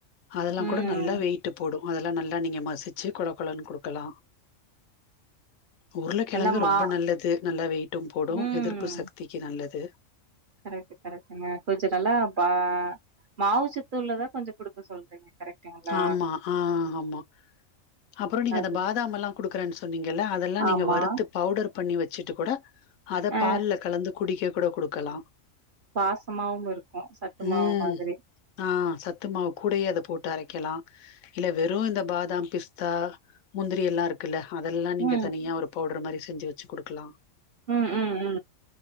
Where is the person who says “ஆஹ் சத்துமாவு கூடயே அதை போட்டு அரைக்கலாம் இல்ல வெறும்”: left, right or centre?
Left